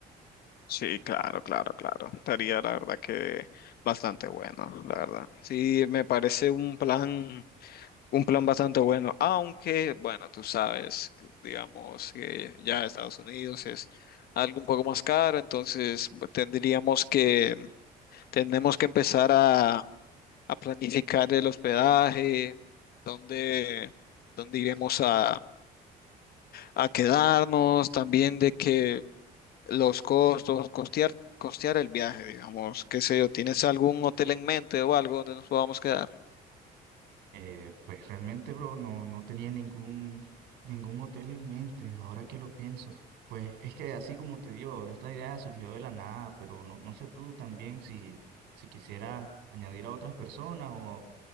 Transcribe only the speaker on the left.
Sí, claro, claro, claro. Estaría, la verdad que bastante bueno, la verdad. Sí, me parece un plan, un plan bastante bueno, aunque, bueno, tú sabes, que, digamos que ya Estados Unidos es algo un poco más caro, entonces bu- tendríamos que Tenemos que empezar a, a planificar el hospedaje, dónde, dónde iremos a, a quedarnos, también de que los costos, costear, costear el viaje, digamos, qué sé yo, ¿tienes algún hotel en mente o algo donde nos podamos quedar?